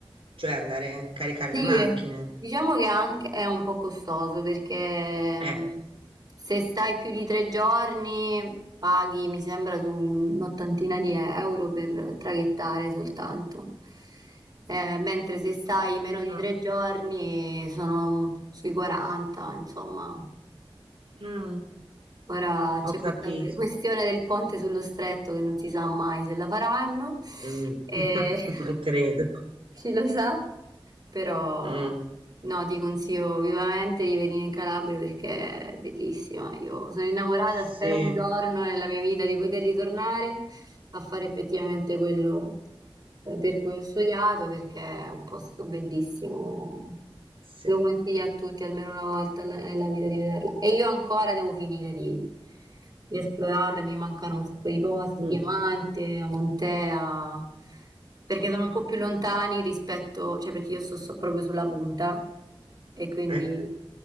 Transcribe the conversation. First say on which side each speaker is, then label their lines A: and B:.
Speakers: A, on the right; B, on the right.
A: cioè andare a caricare
B: Sì,
A: le macchine.
B: eh, diciamo che anche è un po' costoso perché
A: Eh.
B: mh, se stai più di tre giorni paghi, mi sembra, su un'ottantina di euro per traghettare soltanto. Eh, mentre se stai meno di
A: Ah.
B: tre giorni sono sui 40, insomma.
A: Mm,
B: Ora c'è
A: ho
B: questa
A: capito.
B: que- questione del ponte sullo stretto che non si sa mai se la faranno,
A: Mh,
B: e <laughs>
A: lo <laughs> credo.
B: chi lo sa. Però
A: Mh,
B: no, ti consiglio vivamente di venire in Calabria perché è bellissima. Io sono innamorata,
A: sì,
B: spero un giorno nella mia vita di poter ritornare a fare effettivamente quello eh, per cui ho studiato perché è un posto bellissimo. eh.
A: sì.
B: Lo consiglio a tutti almeno una volta alla- nella vita di vederla. E io ancora devo finire di, di esplorarla, mi mancano un sacco di posti,
A: Mh,
B: Diamante, Montea. Perché sono un po' più lontani rispetto cioè perché io sto, sto proprio sulla punta e quindi
A: eh,